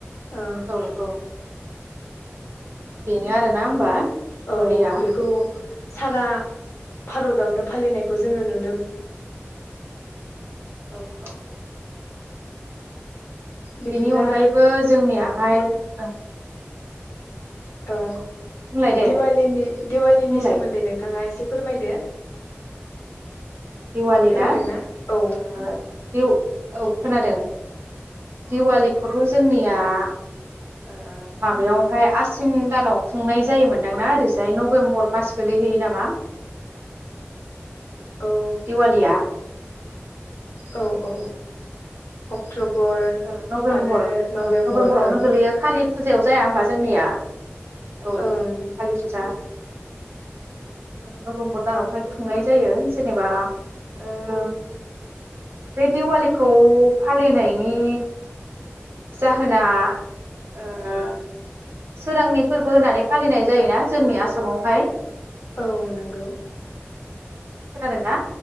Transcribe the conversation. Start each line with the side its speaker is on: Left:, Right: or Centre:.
Left: ओ
Right: औ औ बेनो आरोना होमबा?
Left: औ
Right: हलिया
Left: बेखौ सारा
Right: औ
Left: भारतावनो फालिनायखौ जोङो नुन
Right: <inaudible> औ औ
Left: बिदिब्ला
Right: बेनि अनगायैबो जोंनियाहाय ओं
Left: औ
Right: बुंलाय दे
Left: दिवालीनि दिवालीनि
Right: बुंलाय
Left: सोमोन्दै नोंथाङा एसे फोरमायदो
Right: दिवालि
Left: खोनादोंना
Right: ना
Left: औ
Right: ओ दिउ औ खोनादों दिवालि खौथ जोंनिया ओ माबायावहाय आसिन दानाव खुंनाय जायोमोनदांना ओरैजाय नबेम्बर मास गोलैहैयो नामा
Left: औ
Right: दिवालिया
Left: औ औ अक्ट बर
Right: ओ नभेम्बर
Left: आरो नबेम्बर
Right: ओ नभेम्बरावनो
Left: ओं
Right: गोलैयो कालि फुजायाव जाया होमबा जोंनिया औ
Left: ओं
Right: कालि फुजा नबेम्बर दानावहाय
Left: नंगौ
Right: खुंनाय जायो । जेनेबा ओ बे दिवालिखौ फालिनाय नि जाहोना ओ सोरांनि फोरबो होननानै फालिनाय जायोना जोंनि आसामावहाय
Left: औ नोंगौ।
Right: खोनादों ना